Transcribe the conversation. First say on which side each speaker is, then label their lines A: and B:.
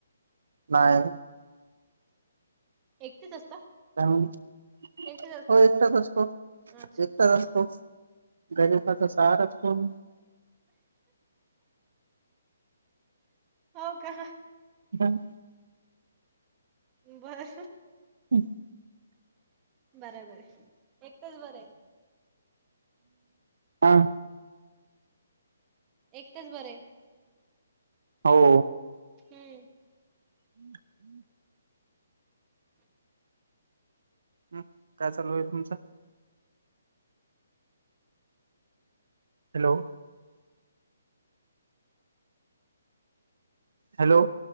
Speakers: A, on the right (about 75°); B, on the right (about 20°).
A: नाही.
B: एकटेच असता?
A: <unintelligible> हो
B: एकटेच असता का
A: एकटाच असतो,
B: अच्छा
A: एकटाच असतो. गरिबांचा सहारा कोण?
B: हो का?
A: हां.
B: बर.
A: <unintelligible>
B: बराबराय, एकटंच बरंय.
A: हा
B: एकटच बरंय.
A: हो.
B: हम्म.
A: हम्. हम्म काय चालू आहे तुमच? हॅलो. हॅलो.